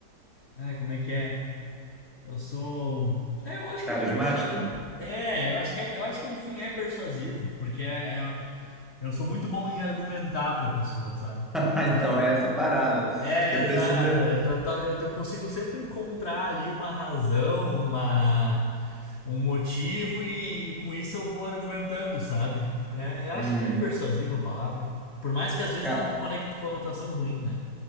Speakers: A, on the left; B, in the centre.
A: Ai, como é que é? Eu sou. É, eu acho que
B: Carismático?
A: é persuasivo. É, eu acho que é, eu acho que no fim é persuasivo, porque é, é- Eu sou muito bom em argumentar pra pessoa, sabe?
B: <laughs>
A: Na-
B: Então é essa parada.
A: É,
B: Você
A: exato.
B: precisa.
A: é, tá- tá- eu te- consigo sempre encontrar ali uma razão, uma, um motivo e, e com isso eu vou argumentando, sabe? É, eu acho
B: Uhum.
A: que é persuasiva a palavra. Por mais que às vezes
B: Ca-
A: ela tenha conect- conotação ruim, né?